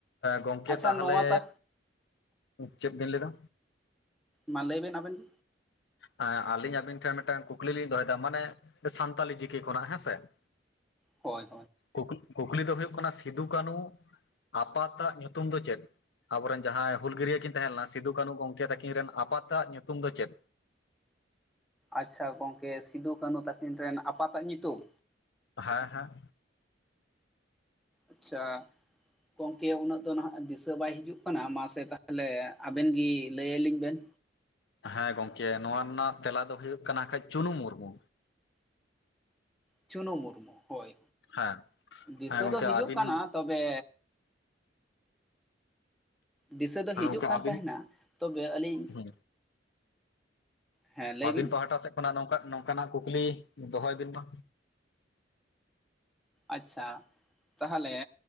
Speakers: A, on the left; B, in the centre.
A: ᱜᱚᱢᱠᱮ
B: ᱟᱪᱪᱷᱟ
A: ᱛᱟᱦᱚᱞᱮ
B: ᱱᱚᱣᱟ ᱛᱟ
A: ᱪᱮᱫ ᱵᱮᱱ ᱞᱟᱹᱭ ᱮᱫᱟ᱾
B: ᱢᱟ ᱞᱟᱹᱭ ᱵᱮᱱ ᱟᱵᱮᱱ ᱜᱮ᱾
A: ᱦᱮᱸ ᱟᱹᱞᱤᱧ ᱟᱵᱤᱱ ᱴᱷᱮᱱ ᱢᱤᱫᱴᱟᱝ ᱠᱩᱠᱞᱤ ᱞᱤᱧ ᱫᱚᱦᱚᱭ ᱮᱫᱟ ᱢᱟᱱᱮ ᱥᱟᱱᱛᱟᱞᱤ ᱪᱤᱠᱤ ᱠᱷᱚᱱᱟᱜ ᱦᱮᱸ ᱥᱮ, <unintelligible>
B: ᱦᱳᱭ
A: ᱠᱩᱠᱞᱤ ᱠᱩᱠᱞᱤ ᱫᱚ ᱦᱩᱭᱩᱜ ᱠᱟᱱᱟ ᱥᱤᱫᱩ ᱠᱟᱹᱱᱩ ᱟᱯᱟᱛᱟᱜ ᱧᱩᱛᱩᱢ ᱫᱚ ᱪᱮᱫ? ᱟᱵᱚ ᱨᱮᱱ ᱡᱟᱦᱟᱸᱭ ᱦᱩᱞᱜᱟᱹᱨᱤᱭᱟᱹ ᱠᱤᱱ ᱛᱟᱦᱮᱸ ᱞᱮᱱᱟ ᱥᱤᱫᱩ ᱠᱟᱹᱱᱦᱩ ᱜᱚᱢᱠᱮ ᱛᱟᱹᱠᱤᱱ ᱨᱮᱱ ᱟᱯᱟᱛᱟᱜ ᱧᱩᱛᱩᱢ ᱫᱚ ᱪᱮᱫ᱾
B: ᱟᱪᱪᱷᱟ ᱜᱚᱝᱠᱮ ᱥᱤᱫᱩ ᱠᱟᱹᱱᱦᱩ ᱛᱟᱹᱠᱤᱱ ᱨᱮᱱ ᱟᱯᱟᱛᱟᱜ ᱧᱩᱛᱩᱢ,
A: ᱦᱮᱸ ᱦᱮᱸ᱾
B: ᱟᱪᱪᱷᱟ, ᱜᱚᱢᱠᱮ ᱩᱱᱟᱹᱜ ᱫᱚ ᱱᱟᱦᱟᱜ ᱫᱤᱥᱟᱹ ᱵᱟᱭ ᱦᱤᱡᱩᱜ ᱠᱟᱱᱟ ᱢᱟᱥᱮ ᱛᱟᱦᱚᱞᱮ ᱟᱵᱮᱱ ᱜᱮ ᱞᱟᱹᱭ ᱟᱞᱤᱧ ᱵᱮᱱ,
A: ᱦᱮᱸ ᱜᱚᱝᱠᱮ ᱱᱚᱣᱟ ᱨᱮᱱᱟᱜ ᱛᱮᱞᱟ ᱫᱚ ᱦᱩᱭᱩᱜ ᱠᱟᱱᱟ ᱠᱷᱟᱡ ᱪᱩᱱᱩ ᱢᱩᱨᱢᱩ,
B: ᱪᱩᱱᱩ ᱢᱩᱨᱢᱩ ᱦᱳᱭ
A: ᱦᱮᱸ
B: ᱫᱤᱥᱟᱹ
A: ᱦᱮᱸ ᱜᱚᱝᱠᱮ
B: ᱫᱚ ᱦᱤᱡᱩᱜ
A: ᱟᱹᱵᱤᱱ
B: ᱠᱟᱱᱟ ᱛᱚᱵᱮ, ᱫᱤᱥᱟᱹ ᱫᱚ
A: ᱦᱮᱸ
B: ᱦᱤᱡᱩᱜ
A: ᱜᱚᱝᱠᱮ
B: ᱠᱟᱱ
A: ᱟᱹᱵᱤᱱ
B: ᱛᱟᱦᱮᱱᱟ ᱛᱚᱵᱮ ᱟᱹᱞᱤᱧ᱾
A: ᱦᱩᱸ
B: ᱦᱮᱸ ᱞᱟᱹᱭ
A: ᱟᱹᱵᱤᱱ
B: ᱵᱤᱱ
A: ᱯᱟᱦᱴᱟ ᱥᱮᱫ ᱠᱷᱚᱱᱟᱜ ᱱᱚᱝᱠᱟᱱᱟᱜ ᱠᱩᱠᱞᱤ ᱫᱚᱦᱚᱭ ᱵᱤᱱ ᱢᱟ,
B: ᱟᱪᱪᱷᱟ ᱛᱟᱦᱚᱞᱮ